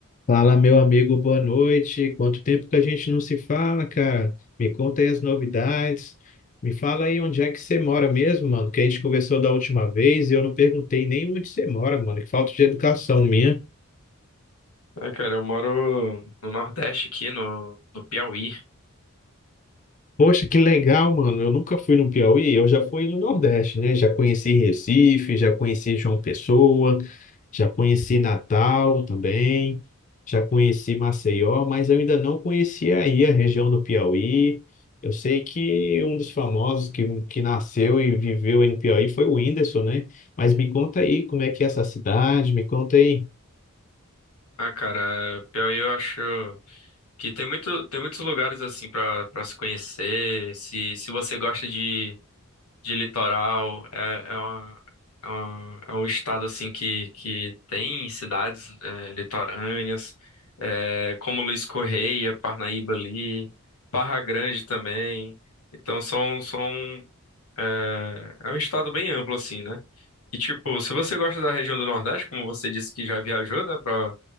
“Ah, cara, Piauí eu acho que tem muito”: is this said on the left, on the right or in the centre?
Left